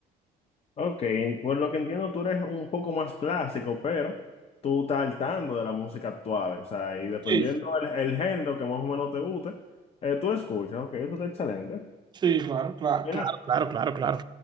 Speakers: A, on the left; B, on the right.
A: Ok, por lo que entiendo, tú eres un poco más clásico, pero tú estás al tanto de la música actual, o sea, y dependiendo
B: Sí, sí,
A: el, el género que más o menos te guste, eh, tú lo escuchas, ok, eso está excelente.
B: sí, claro, claro.
A: Mira,
B: Claro, claro, claro, claro.